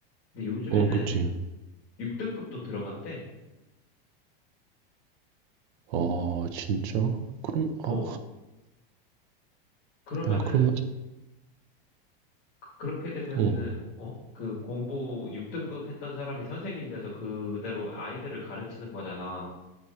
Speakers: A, on the left; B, on the right.
A: 근데 요즘에는
B: 어 그치.
A: 6등급도 들어간대.
B: 아 진짜? 그럼 아
A: 어, 그러면은,
B: 야 그러면
A: 그렇게 되면은,
B: 어
A: 어, 그 공부 6등급 했던 사람이 선생님 돼서 그대로 아이들을 가르치는 거잖아.